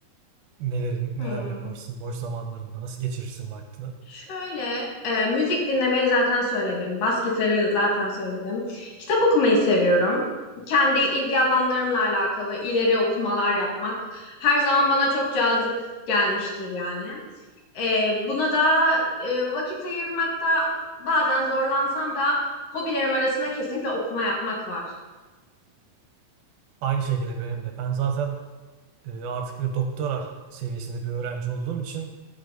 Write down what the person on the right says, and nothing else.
neler neler
yaparsın boş zamanlarında? Nasıl geçirirsin vaktini?
Aynı şekilde benim de. Ben zaten e, artık bir doktora seviyesinde bir öğrenci olduğum için